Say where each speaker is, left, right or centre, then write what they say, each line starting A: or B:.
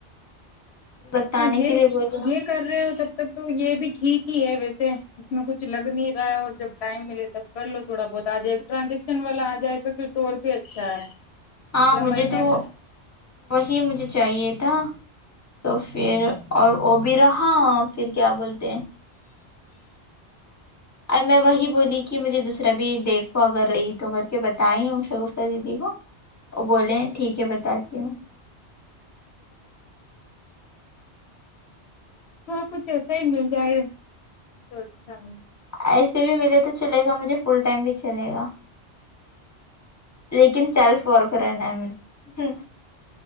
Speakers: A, on the left (about 15°); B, on the left (about 70°).
A: بتانے
B: ہاں یہ
A: کے لیے بولا
B: یہ کر رہے ہو تب تک تو یہ بھی ٹھیک ہی ہے ویسے اس میں کچھ لگ نہیں رہا ہے اور جب ٹائم ملے تو تب کر لو تھوڑا بہت آ جائےٹرانزیکشن والا آ جائے تو پھر تو اور بھی اچھا ہے مطلب
A: ہاں مجھے
B: مہینے
A: تو
B: میں
A: وہی مجھے چاہیے تھا تو پھر اور وہ بھی رہا پھر کیا بولتے اب میں وہی بولی کہ مجھے دوسرے تبھی دیکھو اگر ایک دو کر کے بتائی شگفتہ دی کو وہ بولے ہیں ٹھیک ہے بتاتی ہوں
B: ہاں کچھ ایسا ہی مل جائے گا تو اچھا ہے
A: ایسے بھی ملے تو چلے گا مجھے فل ٹائم بھی چلے گا لیکن سیلف ورک رہنا ہے ہمیں امم